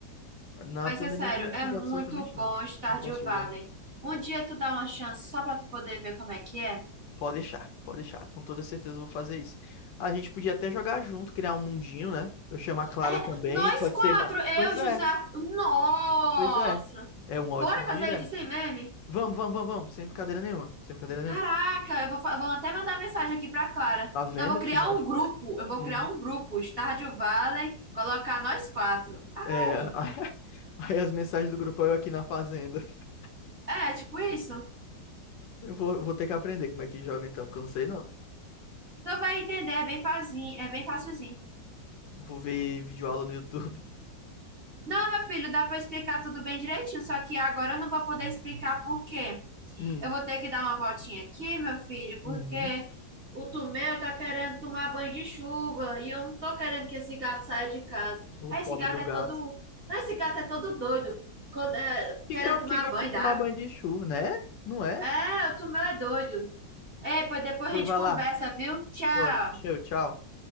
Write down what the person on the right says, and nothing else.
Mas
é sério,
é
muito
bom
Stardew
Valley.
Um dia tu dá uma chance só pra tu poder ver como é que é.
É,
nós
quatro,
eu,
José.
Nossa!
Bora
fazer
isso sem meme?
Caraca,
eu vou, fa- vou até mandar mensagem aqui pra Clara.
Não, eu vou
criar
um grupo.
Eu vou
criar um grupo, Stardew Valley, colocar nós quatro. Ai,
é tipo isso.
Tu vai entender, é bem facinho, é bem facilzinho.
Não, meu filho, dá pra explicar tudo bem direitinho, só que agora eu não vou poder explicar por quê.
Eu vou ter que dar uma voltinha aqui, meu filho, porque
o Tomeu tá querendo tomar banho de chuva e eu não tô querendo que esse gato saia de casa.
Ah,
Esse gato
é
todo. não, Esse gato é todo doido, quando- é,
querendo
tomar
banho
d'água.
É, o Tomeu é doido. É, pois depois
a gente
conversa,
viu? Tchau.